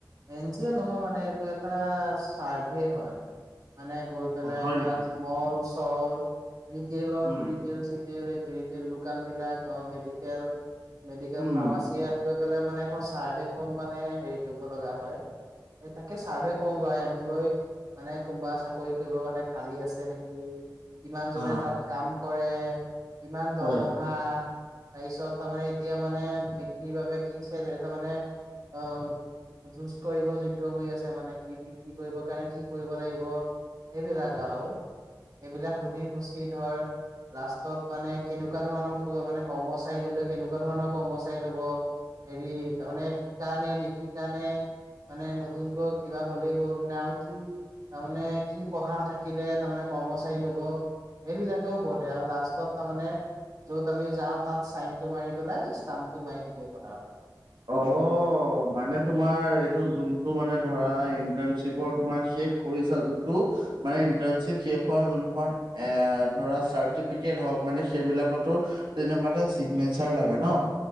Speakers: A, on the right; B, on the right.
A: এন জি অ' নহয় মানে এইটো এটা চাৰ্ভে হয় মানে গৈ পেলাই
B: অ হয়
A: এতিয়া
B: নেকি?
A: মল চল ৰিটলৰ
B: উম।
A: দুই ৰিটেইলচ তেল এই বি তেল দোকান বিলাক অ মেডিকেল মেডিকেল
B: উম
A: ফাৰ্মাচী ইয়াতকৈ <unintelligible> গ'লে মানে এখন চাৰ্ভে ফম মানে হেৰি কৰিব লগা হয় তাকে চাৰ্ভে কৰোগৈ এমপ্লয় মানে কোনোবা চাকৰি কৰিব মানে খালী আছে নেকি কিমান
B: অ।
A: জনে তাত কাম কৰে কিমান
B: অ।
A: দৰমহা তাৰপিছত তাৰমানে এতিয়া মানে বিক্ৰীৰ বাবে কিছিল তাৰমানে অ <unintelligible> যুজ কৰিব যোগ্য হৈ আছে মানে কি বিক্ৰী কৰিব কাৰণে কি কৰিব লাগিব সেইবিলাক আৰু সেইবিলাক সুধি পুচি ধৰ লাষ্টত মানে কেনেকুৱা ধৰণৰ মানে কৰ্মচাৰী ললে কেনেকুৱা ধৰণৰ কৰ্মচাৰী লব হেৰি তাৰমানে শিকা নে নিশিকা নে <unintelligible> মানে নতুনকৈ কিবা হ'লেই হ'ল নে আৰু কি তাৰমানে কি পঢ়া থাকিলে তাৰমানে কৰ্মচাৰী লব সেইবিলাকেও বতে আৰু লাষ্টত তাৰমানে যত আমি যাওঁ তাত চাইন টো মাৰি পেলাই তাম তো মাৰীদিলেই হ'ল আও <unintelligible>
B: অ অ মানে তোমাৰ এইটো যোনটো মানে ধৰা ইণ্টাৰ্ণশ্বিপৰ তোমাৰ শেষ কৰিছা যোনটো <unintelligible> মানে ইন্টানৰ্শিপ যোনখন এ ধৰা চাৰটিফিকট হক মানে সেইবিলাকতো তেনেকুৱাতে চিগনে <unintelligible> বিচাৰ লাগে ন